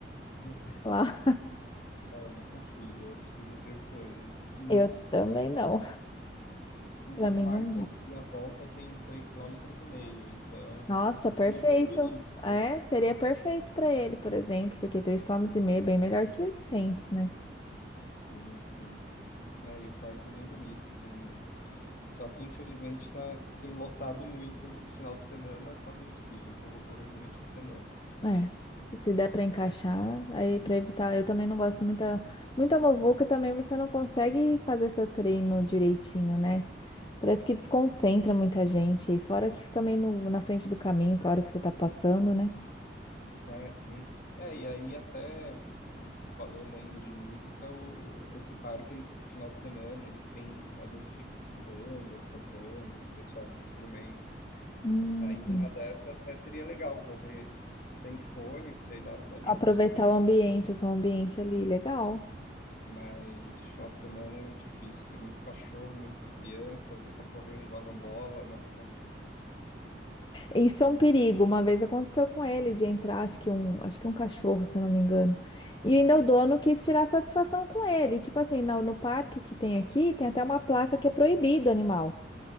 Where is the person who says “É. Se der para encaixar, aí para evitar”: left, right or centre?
Left